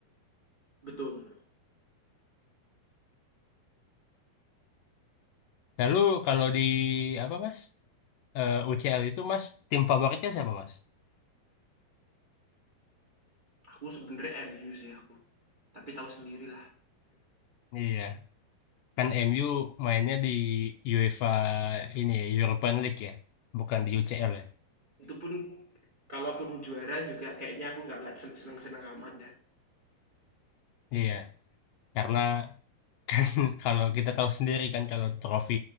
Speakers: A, on the right (about 30°); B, on the left (about 75°).
A: betul.
B: Lalu kalau di apa Mas? Eh, UCL itu Mas tim favoritnya siapa Mas?
A: Aku sebenarnya MU sih aku. Tapi tahu sendirilah.
B: Iya, kan MU mainnya di UEFA ini ya, European League ya, bukan di UCL ya.
A: Itu pun kalaupun juara juga kayaknya aku nggak nggak seneng-seneng amat dan
B: Iya, karena <laughs> Kalau kita tahu sendiri kan kalau trofi